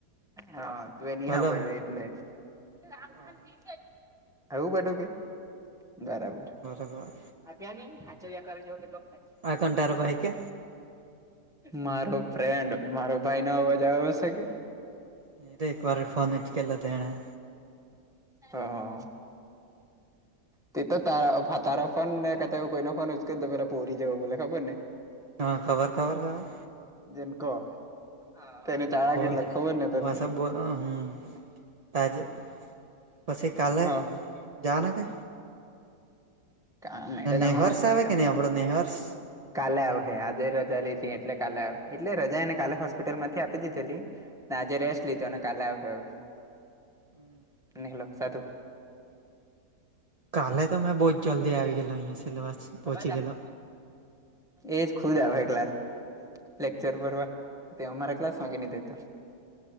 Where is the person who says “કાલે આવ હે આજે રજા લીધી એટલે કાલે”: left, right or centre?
Centre